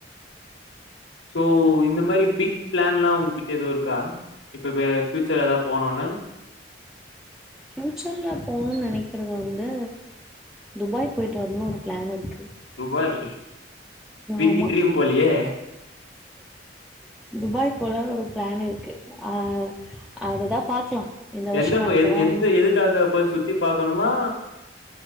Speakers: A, on the left (about 90°); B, in the centre.
A: சோ இந்த மாரி பிக் பிளான்லா உங்ககிட்ட எதுவு இருக்கா இப்ப இப்ப ஃபியூச்சர்ல எதா போனோனு
B: ஃபியூச்சர்ல போகணுனு நெனைக்கறது வந்து துபாய் போயிட்டு வரணுனு ஒரு பிளான் இருக்கு.
A: துபாய் பிக்
B: ஆமா
A: ட்ரீம் போலியே.
B: துபாய் போலானு ஒரு பிளான் இருக்கு ஆ அதுதா பாக்லா இந்த வருஷோ
A: எந்த
B: நடக்குதா
A: போய் எது எந்த எதுக்காக போய் சுத்தி பா க்கணுமா